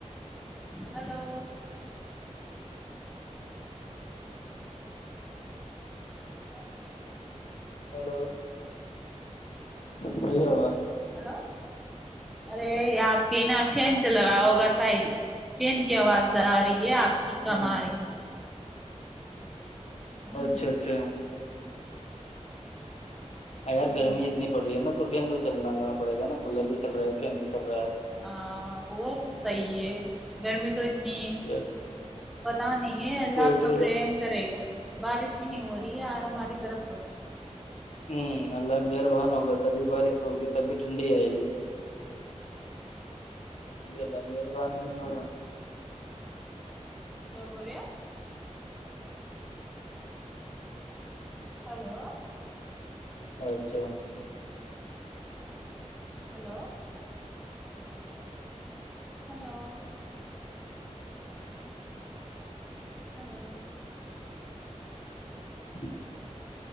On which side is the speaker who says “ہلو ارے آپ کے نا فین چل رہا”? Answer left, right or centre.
Centre